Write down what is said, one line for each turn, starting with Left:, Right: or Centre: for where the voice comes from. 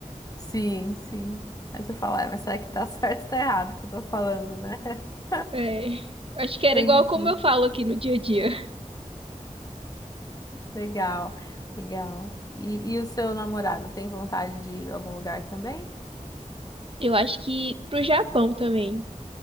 Left: Sim, sim. Aí você fala, "É, mas será que tá certo ou tá errado o que eu tô falando, né? <laughs>
Right: É, acho que era
Left: Entendi.
Right: igual como eu falo aqui no dia a dia.
Left: Legal, legal. E, e o seu namorado tem vontade de ir a algum lugar também?
Right: Eu acho que pro Japão também.